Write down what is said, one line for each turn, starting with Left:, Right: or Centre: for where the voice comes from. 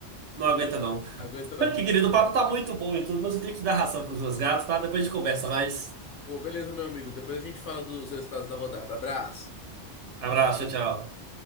Right: Não aguenta, não. <laughs>
Left: Aguenta não.
Right: Que querido, o papo tá muito bom e tudo, mas eu tenho que dar ração pros meus gatos, tá? Depois a gente conversa mais.
Left: Pô, beleza, meu amigo. Depois a gente fala dos resultados da rodada. Abraço.
Right: Abraço, tchau.